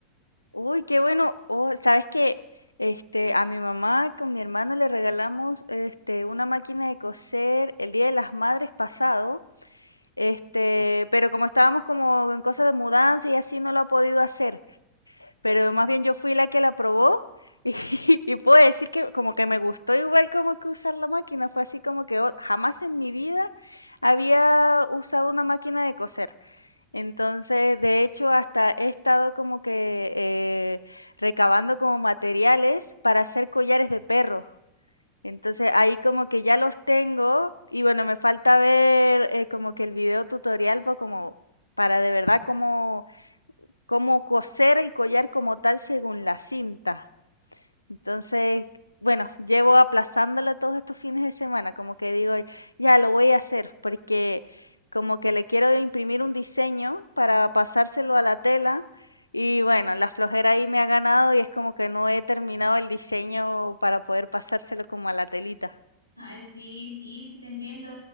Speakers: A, on the left; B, on the right.
A: Uy, qué bueno. Oh, ¿sabes qué? Este, a mi mamá con mi hermano le regalamos este, una máquina de coser el Día de las Madres pasado. Este, pero como estábamos como en cosas de mudanza y así, no lo ha podido hacer. Pero más bien yo fui la que la probó <laughs> y, y puedo decir que como que me gustó igual como que usar la máquina. Fue así como que "Oh, jamás en mi vida había usado una máquina de coser. Entonces, de hecho, hasta he estado como que eh, recabando como materiales para hacer collares de perros. Entonces ahí como que ya los tengo y bueno, me falta ver eh, como que el video tutorial pues como para de verdad cómo, cómo coser el collar como tal según la cinta. Entonces, bueno, llevo aplazándolo todos estos fines de semana, como que digo, ya lo voy a hacer porque como que le quiero imprimir un diseño para pasárselo a la tela y bueno, la flojera ahí me ha ganado y es como que no he terminado el diseño para poder pasárselo como a la telita.
B: Ay, sí, sí, sí, te entiendo.